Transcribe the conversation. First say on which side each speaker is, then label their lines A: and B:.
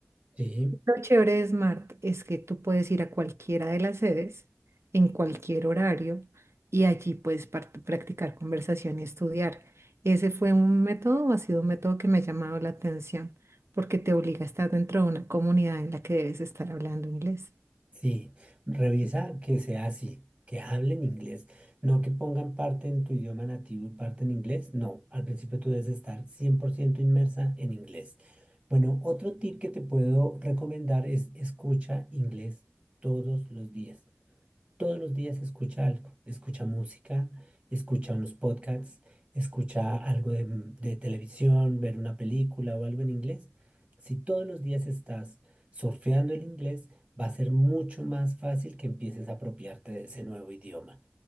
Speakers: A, on the right; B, on the right.
A: Sí,
B: Lo chévere de Smart es que tú puedes ir a cualquiera de las sedes en cualquier horario y allí puedes par- practicar conversación y estudiar. ¿Ese fue un método o ha sido un método que me ha llamado la atención? Porque te obliga a estar dentro de una comunidad en la que debes estar hablando inglés.
A: sí. Revisa que sea así, que hablen inglés, no que pongan parte en tu idioma nativo y parte en inglés. No, al principio tú debes estar 100% inmersa en inglés. Bueno, otro tip que te puedo recomendar es escucha inglés todos los días. todos los días escucha algo, escucha música, escucha unos podcasts, escucha algo de, m- de televisión, ver una película o algo en inglés. Si todos los días estás surfeando el inglés, va a ser mucho más fácil que empieces a apropiarte de ese nuevo idioma.